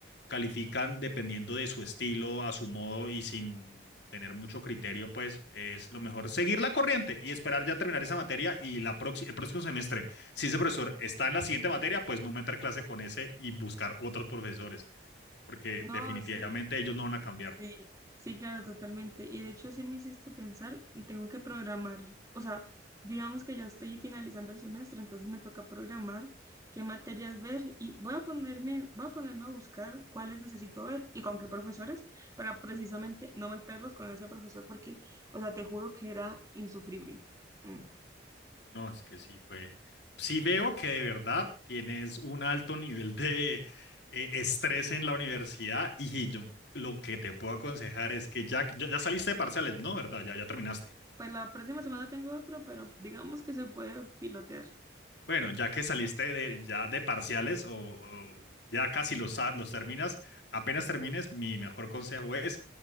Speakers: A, on the left; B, on the right.
A: califican dependiendo de su estilo, a su modo y sin tener mucho criterio, pues es lo mejor seguir la corriente y esperar ya terminar esa materia y la proxi- el próximo semestre, si ese profesor está en la siguiente materia, pues no meter clase con ese y buscar otros profesores, porque
B: No,
A: definitivamente
B: sí.
A: ellos no van a cambiar.
B: Sí, sí, claro, totalmente. Y de hecho, sí me hiciste pensar, tengo que programar, o sea, digamos que ya estoy finalizando el semestre, entonces me toca programar qué materias ver y voy a ponerme, voy a ponerme a buscar cuáles necesito ver y con qué profesores para precisamente no meterlos con ese profesor porque, o sea, te juro que era insufrible. Mm.
A: No, es que sí fue. Sí veo
B: Sí.
A: que de verdad tienes un alto nivel de eh, estrés en la universidad y yo lo que te puedo aconsejar es que ya, ya, ya saliste de parciales, ¿no? ¿Verdad? Ya, ya terminaste.
B: Pues la próxima semana tengo otro, pero digamos que se puede pilotear.
A: Bueno, ya que saliste de, ya de parciales o, o ya casi los, sa- los terminas, apenas termines, mi mejor consejo es